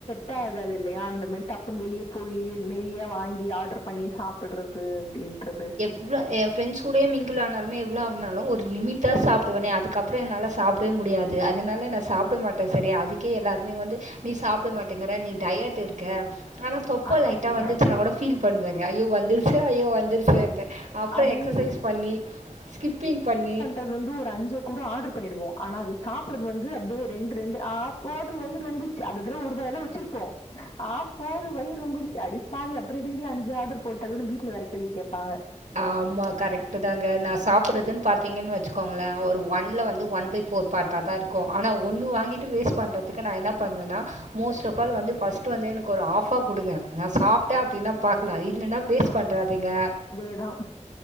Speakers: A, on the left; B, on the right.
A: காதாது இல்லயா அந்த மாரி டப்புன் வெளிய போயி நெறிய வாங்கி ஆட்ரு பண்ணி சாப் புட்றது அப்டின்ட்றது
B: எவ்ள எ ஃப்ரெண்ட்ஸ் கூடே மிங்கிள் ஆனால்மே எவ்ளோ வாங்னாலு ஒரு லிமிட்டா சாப்டுவனே அதுக்க ப்றோ என்னால சாப்டே முடியாது அதனால நா சாப்ட மாட்டே செரி அதுக்கே எல்லாருமே வந்து நீ சாப்ட மாட்டேங்கிற நீ டயட்ருக்க ஆனா தொப்ப
A: அ
B: லைட்டா
A: அது
B: வந்துச்சுன்னா கூட ஃபீல் பண்வேங்க ஐயோ வந்துருச்சு ஐயோ வ ச்சேன்ட்டு அப்றோ
A: அது
B: எக்ஸசைஸ் பண்ணி ஸ்கிப்பிங் பண்ணி
A: அது வந்து ஒரு அஞ்ச கூட ஆட்ரு பண்ணிடுவோ ஆனா அது சாப்புறது வந்து அப்டே ரெண்ரெண்டு ஆ போது வய்றொம்பிரு ச்சு அதுக்குனு ஒருபாய வச்சிருப்போ ஆ போது வய் ரொம்பிடுச்சு அடிப்பாவி அப்றோ எதுக்குடி அஞ்சு ஆர்டர் போட்ட அப்டினு வீட்ல வேற கேள்வி கேப்பாங்க
B: ஆமா கரெக்ட்டு தாங்க நா சாப்புறதுன் பாத்தீங்கன் வச்சுக்கோங்ளே ஒரு ஒன்ல வந்து ஒன் பை ஃபோர் பார்ட்டா தாருக்கு ஆனா ஒன்னு வாங்கிட்டு வேஸ்ட் பண்றதுக்கு நா என்ன பண்வேணா மோஸ்ட்ஃப் ஆல் வந்து ஃபஸ்ட்டு வந்து எனக்கு ஒரு ஆஃபா குடுங்க நா சாப்ட்டே அப்டினா பாக்லா இல்லன்னா வேஸ்ட் பண்றாதீங்க
A: இதா